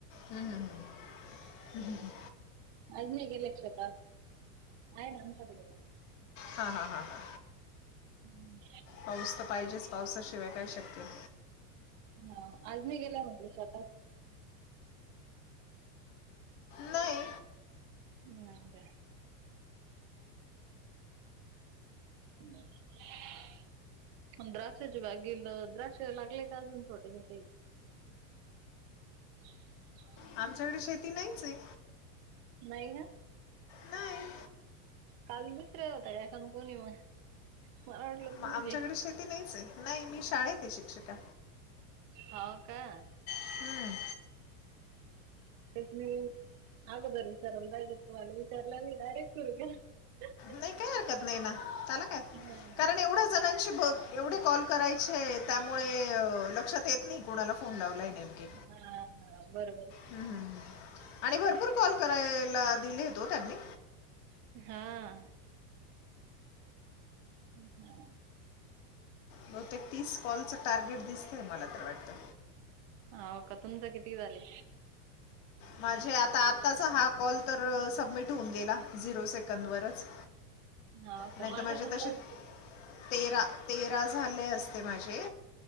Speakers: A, on the left; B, on the right.
A: हम्म हम्म हम्म
B: आज नाही गेल्या का शेतात? आहे ना आमच्या कडे म
A: हा हा हा हा.
B: हम्म
A: पाऊस तर पाहिजेच, पावसाशिवाय काय शक्य.
B: हो, आज नाही गेल्या म्हंटल शेतात.
A: नाही
B: नाही का. <unintelligible> मंग द्राक्षाची बाग केल तर, द्राक्ष लागले का अजून छोटे छोटे? <unintelligible>
A: आमच्याकडे शेती नाहीच ये.
B: नाही का?
A: नाही
B: काल दुसऱ्या होत्या काय जाणू कोणी मग? मला वाटलं तुम्हीच
A: हा आमच्याकडे
B: आहे
A: शेती नाहीच ये नाही, मी शाळेत आहे शिक्षिका.
B: हाव का?
A: हम्म,
B: तेच नई आगोदर विचारायला पाहिजे तुम्हाला, विचारलं नाही डायरेक्ट सुरू केलं, अं हं.
A: नाही काय हरकत नाही ना त्याला काय,
B: हा
A: कारण एवढच पाच जणांशी बघ एवढे कॉल करायचे, त्यामुळे अं लक्षात येत नाही कुणाला फोन लावला आहे नेमके.
B: हा- हा बरोबर ये.
A: हम्म, हम्म, हम्म. आणि भरपूर कॉल करायला दिलेत हो त्यांनी.
B: हा, हम् हम.
A: बहुतेक तीस कॉलचं टार्गेट दिसतं ये, मला तर वाटतं.
B: हाव का, तुमचं किती झाले?
A: माझे आता आत्ताचा हा कॉल तर सबमिट होऊन गेला, झिरो सेकंदवरच.
B: हाव का?
A: नाही
B: माझा
A: तर माझे
B: पण
A: तसे
B: तसंच ये.
A: तेरा, तेरा झाले असते माझे,